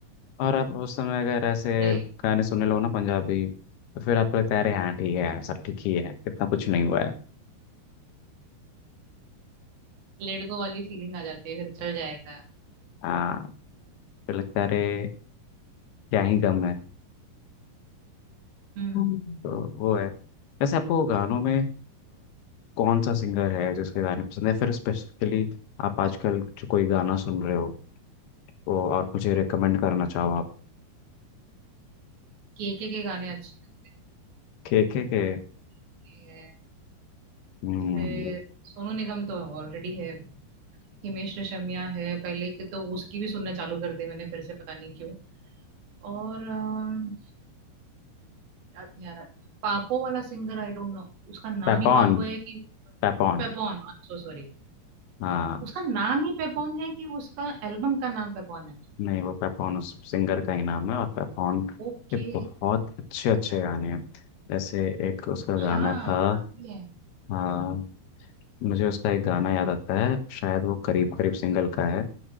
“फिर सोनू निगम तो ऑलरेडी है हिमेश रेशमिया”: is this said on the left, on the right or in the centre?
Right